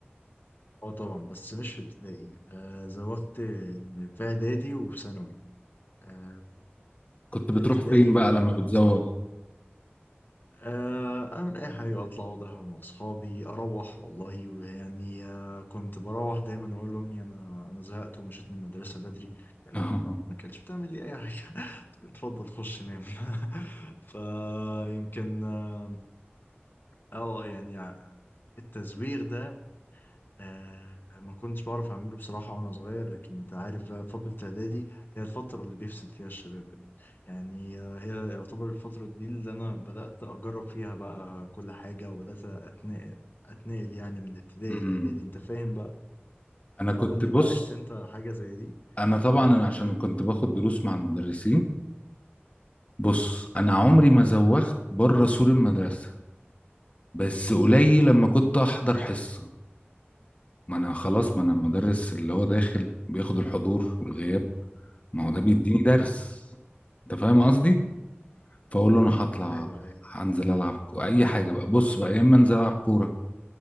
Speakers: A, on the left (about 55°); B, on the left (about 35°).
A: اه طبعا بس مش في ابتدائي آه زوغت في إعدادي وفي ثانوي آه
B: كنت بتروح
A: ابتدائي
B: فين بقى
A: لأ
B: لما بتزوغ
A: بصراحة آه، أعمل أي حاجة أطلع أقعد مع أصحابي أروح والله ويعني آه، كنت بروح دايما أقول لأمي أنا أنا زهقت ومشيت من المدرسة بدري كانت
B: <laughs>
A: ما كانتش بتعمل لي أي حاجة <laughs> اتفضل خش نام <laughs> فيمكن آه آه، يعني التزويغ ده آه ما كنتش بعرف أعمله بصراحة وأنا صغير لكن أنت عارف بقى فترة إعدادي هي الفترة اللي بيفسد فيها الشباب دي يعني آه، هي يعتبر الفترة دي اللي أنا بدأت أجرب فيها بقى كل حاجة وبدأت أتنقل أتنقل يعني من ابتدائي
B: أمم.
A: لإعدادي أنت فاهم بقى
B: انا
A: آه
B: كنت
A: قول لي
B: بص
A: بقى عشت أنت حاجة زي دي؟
B: انا طبعا
A: مم.
B: عشان كنت باخد دروس مع المدرسين بص انا عمري ما زوغت بره سور المدرسة بس قليل
A: أه
B: لما كنت احضر حصة ما انا خلاص ما انا المدرس اللي هو داخل بياخد الحضور والغياب ما هو
A: مهم.
B: ده بيديني درس انت فاهم قصدي
A: مم.
B: فاقول له انا هطلع
A: أيوه أيوه
B: هنزل العب كو- اي حاجة بقى بص بقى يا اما انزل العب كورة